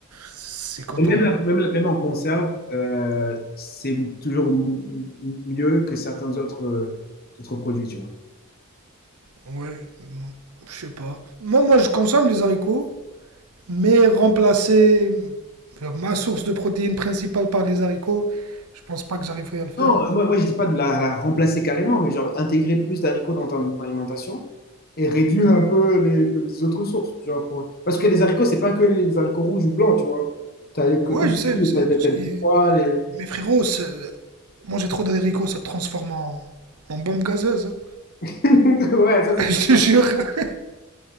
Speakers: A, on the right; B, on the left.
A: c'est coton.
B: Et même, la- même, même en conserve, euh, c'est toujours m- m- mieux que certains autres, euh, autres produits, tu vois.
A: Ouais, je sais pas. Moi, moi, je consomme les haricots. Mais remplacer euh, ma source de protéines principale par les haricots, je pense pas que j'arriverai à le faire.
B: Non, euh, moi, moi je dis pas de la, la remplacer carrément, mais genre intégrer plus d'haricots dans ton alimentation et réduire un peu les, les autres sources. Genre pour... Parce que les haricots, c'est pas que les haricots rouges ou blancs, tu vois. T'as, les- comme
A: Ouais, je
B: tu
A: sais,
B: dis,
A: je sais,
B: t'as, t'as-
A: tout
B: t'as
A: ce qui
B: le petit
A: est.
B: pois, les...
A: Mais frérot, c'est- manger trop d'haricots, ça te transforme en, en bombe gazeuse. hein.
B: <laughs> Ouais, ça c'est,
A: <laughs> je te jure,